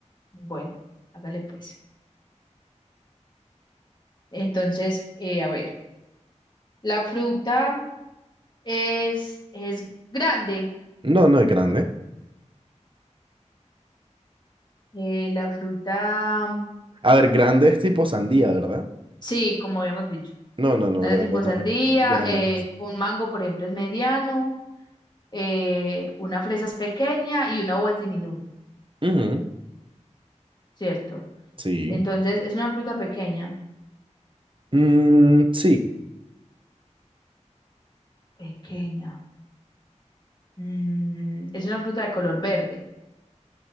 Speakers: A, on the left; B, on the right.
A: Bueno, hágale pues. Entonces, eh, a ver, la fruta es, es grande.
B: No, no es grande.
A: Eh, la fruta,
B: A ver, grande es tipo sandía, ¿verdad?
A: sí, como habíamos dicho.
B: No, no, no,
A: Nada
B: grande
A: tipo
B: no
A: sandía,
B: es. Grande
A: eh,
B: no es.
A: un mango, por ejemplo, es mediano, eh, una fresa es pequeña y una uva es diminuta,
B: Ujú,
A: ¿cierto?
B: Sí.
A: Entonces, es una fruta pequeña.
B: Mm, sí,
A: Pequeña. Mm, es una fruta de color verde.